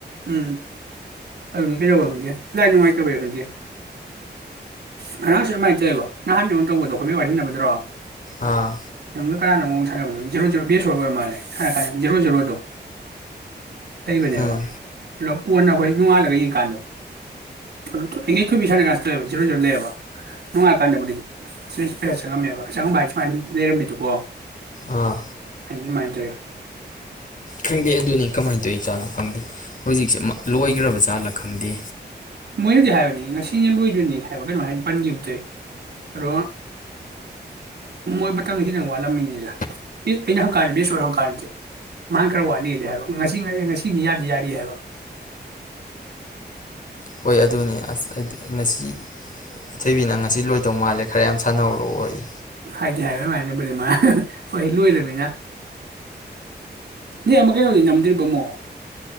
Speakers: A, on the right (about 70°); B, on the left (about 45°).
A: ꯎꯝ ꯑꯗꯨꯅꯤ ꯀꯩꯗꯧꯦ ꯈꯪꯗꯦ ꯂꯥꯏ ꯅꯨꯡꯉꯥꯏꯇꯧꯋꯦ ꯈꯪꯗꯦ ꯉꯉꯥꯡꯁꯨ ꯑꯗꯨꯃꯥꯏꯅ ꯇꯧꯋꯦꯕ ꯅꯍꯥꯟ ꯇꯧꯕꯗꯣ ꯑꯩꯈꯣꯏ ꯋꯥꯏꯁꯤꯟꯅꯕꯗ꯭ꯔꯣ
B: ꯑꯥ
A: ꯅꯪꯒ ꯀꯥꯟꯅꯥꯅꯣꯝꯒ ꯁꯥꯟꯅꯕꯗ ꯖꯦꯔꯣ ꯖꯦꯔꯣ ꯕꯦꯁ ꯑꯣꯏꯔ ꯃꯥꯜꯂꯦ ꯁꯥꯔꯥ ꯖꯦꯔꯣ ꯖꯔꯣꯗꯣ ꯂꯩꯕꯅꯦꯕ
B: ꯎꯝ
A: ꯑꯗꯣ ꯀꯣꯟꯅ ꯑꯩꯈꯣꯏ ꯅꯣꯡꯉꯥꯜꯂꯒ ꯌꯦꯡꯀꯥꯟꯗꯣ ꯑꯗ ꯏꯈꯩꯊꯣꯏꯕꯤ ꯁꯥꯟꯅ ꯀꯥꯟꯁꯤ ꯂꯣꯏꯑꯕ ꯁꯤꯔꯣꯏ ꯔꯣꯏ ꯂꯩꯦꯕ ꯅꯣꯡꯉꯥꯜꯂꯀꯥꯟꯗꯕꯨꯗꯤ ꯁꯤꯣꯏ ꯄꯩꯁꯥ ꯆꯪꯉꯝꯃꯦꯕ ꯆꯪꯉꯝꯝꯕ ꯍꯥꯏ ꯁꯨꯃꯥꯏꯅ ꯑꯗꯨꯝ ꯂꯩꯔꯝꯃꯤꯗꯨꯀꯣ
B: ꯑꯥ
A: ꯍꯥꯏ ꯑꯗꯨꯃꯥꯏꯅ ꯇꯧꯋꯦ
B: ꯈꯪꯗꯦ ꯑꯗꯨꯅꯤ ꯀꯃꯥꯏꯅ ꯇꯧꯏ ꯆꯥꯠꯅꯣ ꯈꯪꯗꯦ ꯍꯧꯖꯤꯛꯁꯦ ꯂꯣꯏꯈ꯭ꯔꯕꯖꯥꯠꯂꯣ ꯈꯪꯗꯦ
A: ꯃꯣꯏꯅꯗꯤ ꯍꯥꯏꯕꯅꯤ ꯉꯁꯤꯅꯤ ꯂꯣꯏꯗꯣꯏꯅꯤ ꯍꯥꯏꯕ ꯀꯩꯅꯣ ꯍꯥꯏꯅ ꯄꯟꯈꯤꯕꯈꯤꯕꯗꯏ ꯑꯗꯣ ꯃꯣꯏ ꯃꯇꯝꯗ ꯈꯤꯇꯪ ꯋꯥꯠꯂꯝꯃꯤꯅꯤꯗ ꯑꯩꯅ ꯍꯪꯀꯥꯟꯗ ꯕꯦꯁꯣꯔ ꯍꯪꯀꯥꯟꯁꯦ ꯃꯥ ꯈꯔ ꯋꯥꯠꯂꯤꯗꯤ ꯍꯥꯏꯕ ꯉꯁꯤ ꯉ ꯉꯁꯤꯅꯤ ꯌꯥꯗꯤ ꯌꯥꯔꯤ ꯍꯥꯏꯕ
B: ꯍꯣꯏ ꯑꯗꯨꯅꯤ ꯑꯁ ꯉꯁꯤ ꯏꯊꯣꯏꯕꯤꯅ ꯉꯁꯤ ꯂꯣꯏꯗꯧ ꯃꯥꯜꯂꯦ ꯈꯔ ꯌꯥꯝ ꯁꯥꯟꯅꯧꯔꯛꯑꯣ ꯑꯩ
A: ꯍꯥꯏꯗꯤ ꯍꯥꯏꯕ ꯑꯗꯨ ꯍꯥꯏꯅꯕꯅꯦꯃ ꯍꯣꯏ ꯂꯣꯏꯔꯃꯤꯅ ꯅ ꯑꯃꯛ ꯀꯩꯅꯣꯗꯤ ꯅꯝꯗ꯭ꯔꯤꯕꯃꯣ